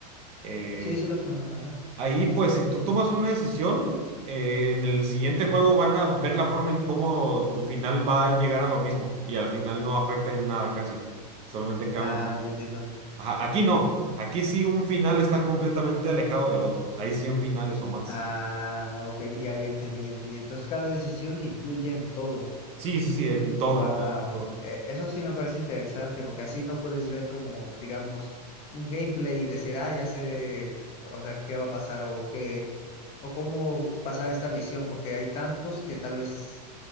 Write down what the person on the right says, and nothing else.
eh,
Ahí, pues, si tú tomas una decisión, eh, en el siguiente juego van a ver la forma en cómo tu final va a llegar a lo mismo y al final no afecta en nada casi, solamente cambia
un poquito.
Ajá, aquí no, aquí sí un final está completamente alejado del otro, hay 100 finales o más.
Sí, sí, sí, en todo,
en todo, todo.